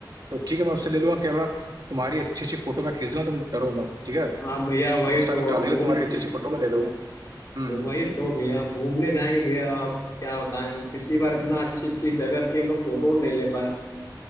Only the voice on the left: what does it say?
हाँ भैया वही
तो
अब घूम
वही तो भैया अब घूमने जाएंगे भैया अब क्या बताएं हम पिछली बार इतना अच्छी अच्छी जगह थी हम लोग फोटोज नहीं ले पाए